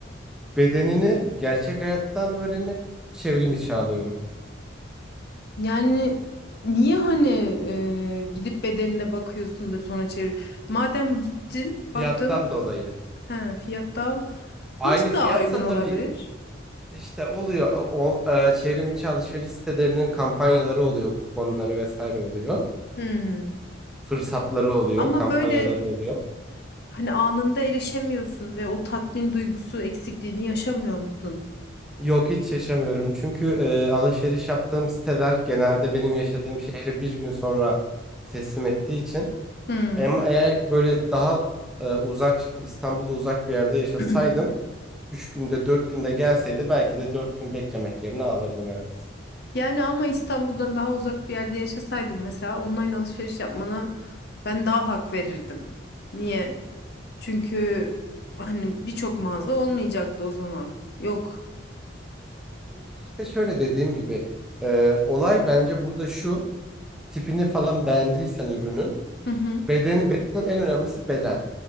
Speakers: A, in the centre; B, on the left.
A: bedenini gerçek hayattan öğrenip çevrim içi alıyorum.
B: Yani niye hani e, gidip bedenine bakıyorsun da sonra çevir. Madem gittin,
A: Fiyattan
B: baktın,
A: dolayı.
B: he, fiyat daha
A: Aynı
B: nasıl
A: fiyatsa
B: daha uygun olabilir?
A: tabii ki işte oluyor. O, e, çevrim içi alışveriş sitelerinin kampanyaları oluyor, kuponları vesaire oluyor.
B: Hı.
A: Fırsatları oluyor,
B: Ama
A: kampanyaları
B: böyle
A: oluyor.
B: hani anında erişemiyorsun ve o tatmin duygusu eksikliğini yaşamıyor musun?
A: Yok hiç yaşamıyorum. Çünkü e, alışveriş yaptığım siteler genelde benim yaşadığım şehri bir gün sonra teslim ettiği için.
B: Hı.
A: Ama eğer ki böyle daha e, uzak İstanbul'a uzak bir yerde yaşasaydım
B: <clears throat>
A: 3 günde 4 günde gelseydi belki de 4 gün beklemek yerine alırdım evet.
B: Yani ama İstanbul'dan daha uzak bir yerde yaşasaydım mesela online alışveriş yapmana ben daha hak verirdim. Niye? Çünkü hani birçok mağaza
A: Evet,
B: olmayacaktı o zaman. Yok.
A: evet. Şimdi işte şöyle dediğim gibi e, olay bence burada şu tipini falan beğendiysen ürünün
B: Hı hı.
A: bedeni beden en önemlisi beden.